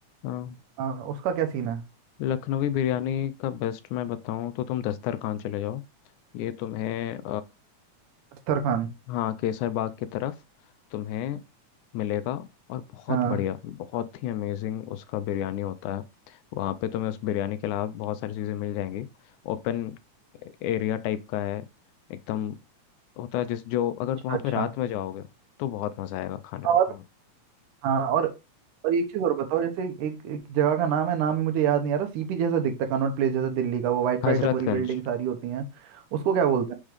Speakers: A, on the left (about 80°); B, on the right (about 80°).
A: हाँ,
B: आ, उसका क्या सीन है
A: लखनवी बिरयानी का बेस्ट मैं बताऊँ तो तुम दस्तरखान चले जाओ ये तुम्हें
B: अख्तर खान
A: हाँ केसर बाग की तरफ तुम्हें मिलेगा और बहुत
B: हाँ
A: बढ़िया बहुत ही अमेजिंग उसका बिरयानी होता है वहाँ पे तुम्हें उस बिरयानी के अलावा बहुत सारी चीज़ें मिल जाएंगी ओपन एरिया टाइप का है एकदम होता है जिस जो अगर तुम वहाँ
B: अच्छा
A: पे रात में जाओगे तो बहुत मज़ा आएगा खाने
B: अच्छा
A: में बहुत।
B: हाँ और और एक चीज और बताओ जैसे एक एक जगह का नाम है नाम ही मुझे याद नहीं आ रहा सीपी जैसा दिखता है कनॉट प्लेस जैसा दिल्ली का वो वाइट वाइट
A: हजरतगंज
B: है पूरी बिल्डिंग सारी होती हैं उसको क्या बोलते